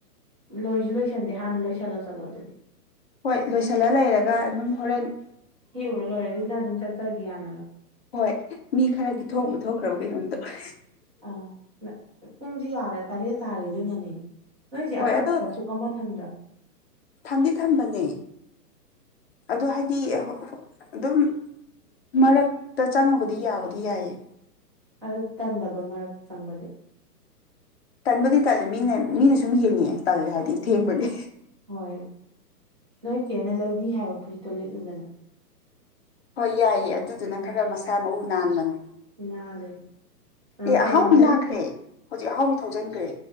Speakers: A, on the right; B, on the left.
A: ꯂꯣꯏꯖꯨ ꯂꯣꯏꯁꯟꯗꯦ ꯍꯥꯟꯅ ꯂꯣꯏꯁꯜꯂꯣ ꯆꯜꯂꯣ ꯑꯗꯨꯗꯤ
B: ꯍꯣꯏ ꯂꯣꯏꯁꯤꯜꯂ ꯂꯩꯔꯒ ꯑꯗꯨꯝ ꯍꯣꯔꯦꯟ
A: ꯍꯦꯛꯎꯔ ꯂꯣꯏꯔꯦ ꯑꯗꯨꯒ ꯅꯪ ꯑꯗꯨꯝ ꯆꯠꯆꯒꯤ ꯌꯥꯅꯕ
B: ꯍꯣꯏ ꯃꯤ ꯈꯔꯗꯤ ꯊꯣꯛꯄꯨ ꯊꯣꯛꯈ꯭ꯔꯕ ꯀꯩꯅꯣꯝꯇꯧ
A: ꯑꯥ ꯄꯨꯡꯖꯤ ꯌꯥꯔꯦ ꯇꯔꯦꯠ ꯇꯥꯔꯦ ꯑꯗꯨꯅꯅꯦ ꯅꯣꯏꯖꯦ ꯑꯀꯛꯅꯕ
B: ꯍꯣꯏ ꯑꯗꯣ
A: ꯄꯨꯡ ꯑꯃ ꯊꯝꯗ꯭ꯔꯥ
B: ꯊꯝꯗꯤ ꯊꯝꯕꯅꯦ ꯑꯗꯣ ꯍꯥꯏꯗꯤ ꯑꯗꯨꯝ ꯃꯔꯛꯇ ꯆꯪꯉꯕꯨꯗꯤ ꯌꯥꯕꯨꯗꯤ ꯌꯥꯏꯌꯦ
A: ꯑꯗꯨ ꯇꯟꯗꯕ꯭ꯔꯥ ꯃꯔꯛꯇ ꯆꯪꯕꯗꯤ
B: ꯇꯟꯕꯨꯗꯤ ꯇꯜꯂꯦ ꯃꯤꯅ ꯃꯤꯅ ꯁꯨꯝ ꯌꯦꯡꯉꯛꯑꯦ ꯇꯜꯂꯦ ꯍꯥꯏꯗꯤ ꯊꯦꯡꯕꯒꯤ
A: ꯍꯣꯏ ꯅꯣꯏ ꯆꯦꯅ ꯂꯧꯕꯤ ꯍꯥꯏꯕ ꯐꯨꯔꯤꯠꯇꯣ ꯂꯤꯠꯂꯨꯗꯅ
B: ꯍꯣꯏ ꯌꯥꯏꯌꯦ ꯑꯗꯨꯗꯨꯅ ꯈꯔ ꯃꯁꯥ ꯃꯎ ꯅꯥꯟꯕꯅꯦ
A: ꯅꯥꯜꯂꯦ ꯑꯗꯣ
B: ꯑꯦ ꯑꯍꯥꯎꯕꯤ
A: ꯀꯩꯅꯣ ꯅꯪ
B: ꯂꯥꯛꯈ꯭ꯔꯦ ꯍꯧꯖꯤꯛ ꯑꯍꯥꯎꯕꯤ ꯊꯧꯖꯟꯒ꯭ꯔꯦ